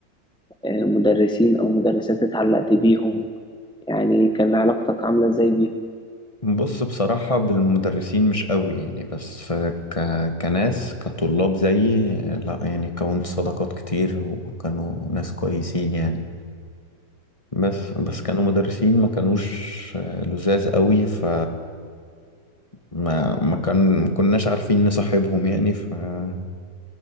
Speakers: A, in the centre; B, on the left (about 20°).
A: آه، مدرسين او مدرسات اتعلقت بيهم يعني كان علاقتك عامله ازاي بيهم
B: بص بصراحة بالمدرسين مش قوي يعني بس ك... كناس كطلاب زيي لا يعني كونت صداقات كتير وكانوا ناس كويسين يعني بس بس كانوا مدرسين ما كانوش لزاز قوي ف ما ما كان ما كناش عارفين نصاحبهم يعني فعلاقتنا